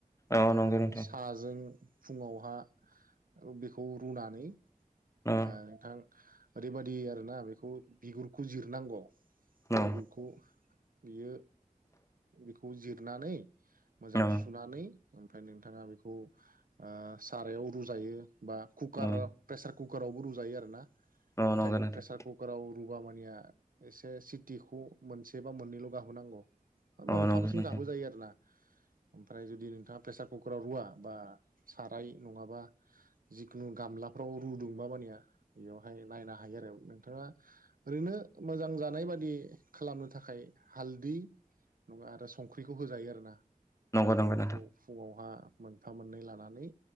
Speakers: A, on the left; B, on the right.
A: औ
B: ओ
A: नंगौ नोंथां
B: साजों फुङावहा ओ बेखौ रुनानै।
A: औ
B: ओ नोंथां ओरैबादि आर ना बेखौ बिगुर खौजिरनांगौ
A: औ
B: बिगुरफोरखौ बियो। बेखौ जिरनानै मोजां
A: औ
B: सुनानै ओमफ्राय नोंथाङा बेखौ ओ सारायाव रुजायो बा कुकार
A: औ
B: प्रेसार कुकारावबो रुजायो आरो ना
A: औ
B: नाथाय
A: नंगौ नोंथां
B: प्रेसार कुकार आव रुुबा मानिया एसे सिटिखौ मोनसे बा मोननैल' गाबहोनांगौ
A: औ
B: मोनथामसिम
A: नंगौ नोंथां
B: गाबो जायो आरो ना ओमफ्राय जुदि नोंथाङा प्रेसार कुकाराव रुवा बा साराय नङाबा जिखुनु गामलाफ्राव रुदुंबा मानिया बेयावहाय नायनो हायो आरो नोंथाङा ओरैनो मोजां जानाय बादि खालामनो थाखाय हालदै। नङा आरो संख्रिखौ होजायो आरो ना। ओमफ्राय
A: नंगौ नंगौ
B: बेखौ
A: नोंथां
B: फुंङावहा मोनफा मोननै लानानै